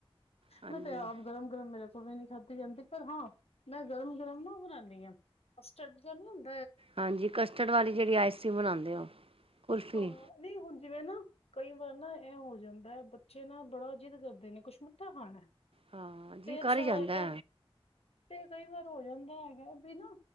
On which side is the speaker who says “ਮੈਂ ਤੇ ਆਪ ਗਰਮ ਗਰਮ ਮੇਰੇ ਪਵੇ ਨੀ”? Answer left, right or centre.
Left